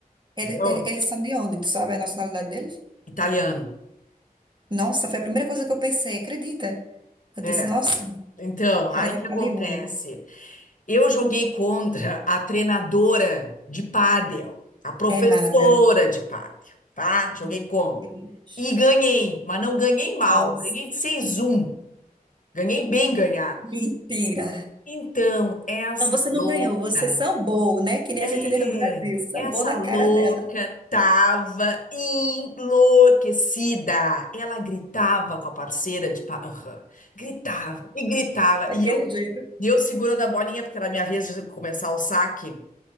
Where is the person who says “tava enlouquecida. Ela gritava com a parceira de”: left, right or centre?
Left